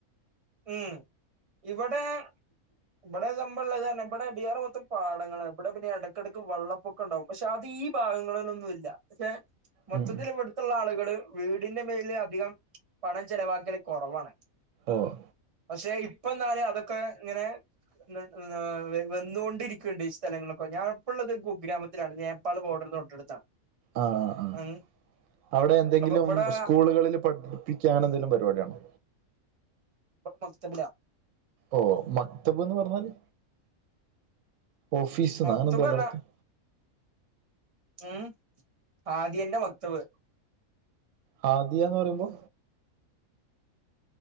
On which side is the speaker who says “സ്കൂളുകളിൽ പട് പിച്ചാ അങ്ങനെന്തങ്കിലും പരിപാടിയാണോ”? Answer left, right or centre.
Right